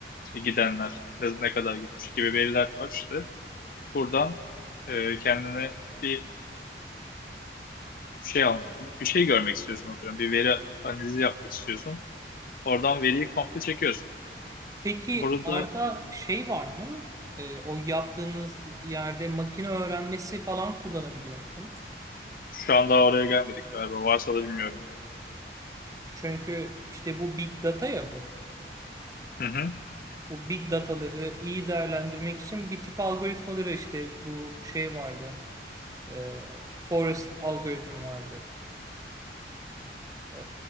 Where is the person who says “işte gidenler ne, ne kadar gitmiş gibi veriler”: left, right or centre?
Left